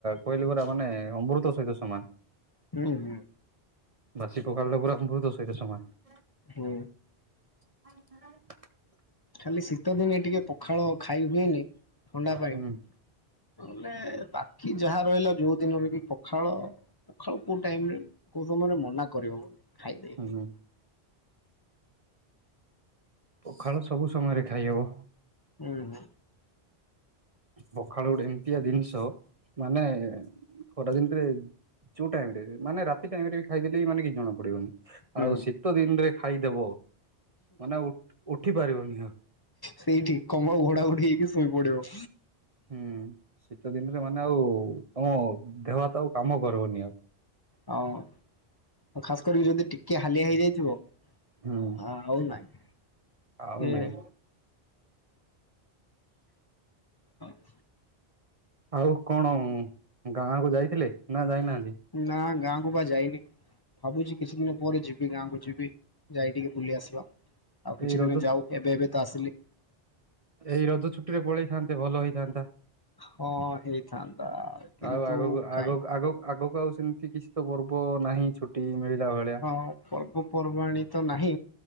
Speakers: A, on the right; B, on the left.
A: କହିଲି ବା ପୁରା ମାନେ ଅମୃତ ସହିତ ସମାନ।
B: ହୁଁ ହୁଁ।
A: ବାସି ପଖାଳଟା ପୁରା ଅମୃତ ସହିତ ସମାନ।
B: ହୁଁ।
A: <unintelligible>
B: ଖାଲି ଶୀତ ଦିନେ ଟିକେ ପଖାଳ ଖାଇ ହୁଏନି ଥଣ୍ଡା ପାଇଁ।
A: ହୁଁ
B: ନହଲେ ବାକି ଯାହା ରହିଲା ଯୋଉ ଦିନରେ କି ପଖାଳ ପଖାଳ କୋଉ ଟାଇମରେ କୋଉ ସମୟରେ ମନା କରିହବନି ଖାଇଦେଇିଯିବ।
A: ହୁଁ ପଖାଳ ସବୁ ସମୟରେ ଖାଇହବ।
B: ହୁଁ ହୁଁ।
A: ପଖାଳ ଗୋଟେ ଏମିତିଆ ଜିନିଷ ମାନେ ଖରାଦିନରେ ଯୋଉ ଟାଇମ୍ ରେ ମାନେ ରାତି ଟାଇମ୍ ରେ ବି ଖାଇଦଲେ ବି ମାନେ କିଛି ଜଣା ପଡ଼ିବନି।
B: ହୁଁ
A: ଆଉ ଶୀତ ଦିନରେ ଖାଇଦବ ମାନେ ଉ ଉଠି ପାରିବନି ଆଉ।
B: ସେଇଠି କମଳ ଘୋଡା ଘୋଡି ହେଇକି ଶୋଇ ପଡ଼ିବ।
A: ହୁଁ ଶୀତ ଦିନରେ ମାନେ ଆଉ ତମ ଦେହହାତ ଆଉ କାମ କରିବନି ଆଉ।
B: ହଁ ଖାସ୍ କରିକି ଯଦି ଟିକେ ହାଲିଆ ହେଇଯାଇଥିବ ହଁ।
A: ହୁଁ।
B: ଆଉ ନାହିଁ
A: ଆଉ
B: ସେ
A: ନାଇଁ
B: <unintelligible>
A: ଆଉ କଣ ଗାଁକୁ ଯାଇଥିଲେ ନା ଯାଇନାହାନ୍ତି?
B: ନା ଗାଁକୁ ବା ଯାଇନି। ଭାବୁଚି କିଛି ଦିନ ପରେ ଯିବି ଗାଁକୁ ଯିବି ଯାଇ ଟିକେ ବୁଲି ଆସିବା। ଆଉ କିଛି
A: ଏଇ ରଜ
B: ଦିନ ଯାଉ ଏବେ ଏବେ ତ ଆସିଲି।
A: ଏଇ ରଜ ଛୁଟିରେ ପଳେଇଥାନ୍ତେ ଭଲ ହେଇଥାନ୍ତା?
B: ହଁ ହେଇଥାନ୍ତା କିନ୍ତୁ
A: ଆଉ ଆଗକୁ
B: କାଇଁ
A: ଆଗର ଆଗ ଆଗକୁ ଆଉ ସେମିତି କିଛିତ ପର୍ବ ନାହିଁ। ଛୁ ଟି ମିଳିଲା ଭଳିଆ।
B: ହଁ ପର୍ବପର୍ବାଣୀ ତ ନାହିଁ